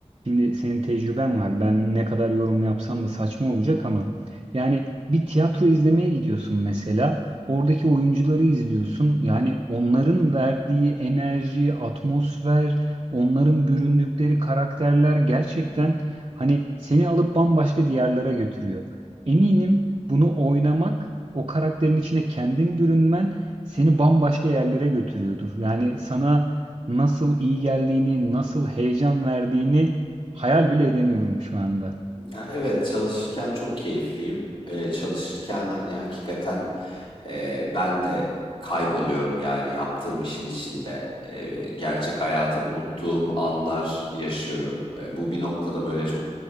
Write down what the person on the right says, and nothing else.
şimdi senin tecrüben var. Ben ne kadar yorum yapsam da saçma olacak ama yani bir tiyatro izlemeye gidiyorsun mesela. Oradaki oyuncuları izliyorsun. Yani onların verdiği enerji, atmosfer, onların büründükleri karakterler gerçekten hani seni alıp bambaşka diyarlara götürüyor. Eminim bunu oynamak, o karakterin içine kendin bürünmen seni bambaşka yerlere götürüyordur. Yani sana nasıl iyi geldiğini, nasıl heyecan verdiğini hayal bile edemiyorum şu anda.